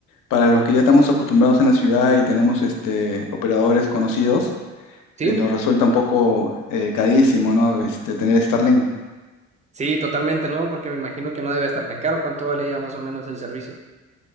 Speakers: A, on the left; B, on the right.
A: para los que ya estamos acostumbrados en la ciudad y tenemos este, operadores conocidos,
B: Sí.
A: eh, nos resulta un poco eh, carísimo, ¿no? Este, tener Starlink.
B: Sí, totalmente, ¿no? Porque me imagino que no debe estar tan caro. ¿Cuánto vale ya más o menos el servicio?